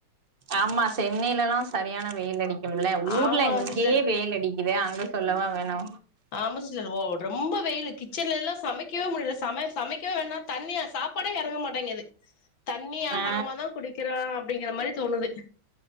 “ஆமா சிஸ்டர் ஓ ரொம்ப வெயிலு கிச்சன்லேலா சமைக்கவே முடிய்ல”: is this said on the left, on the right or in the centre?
Left